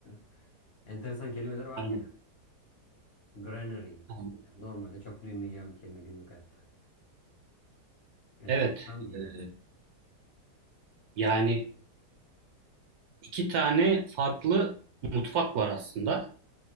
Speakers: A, on the left; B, on the right.
A: <laughs> Enteresan kelimeler vardı
B: Aynen.
A: ya. Granary.
B: aynen.
A: falan. Yani normalde çok duymayacağım bir kelime günlük hayatta. Enteresandı
B: Evet.
A: yani.
B: e, yani. iki tane farklı mutfak var aslında.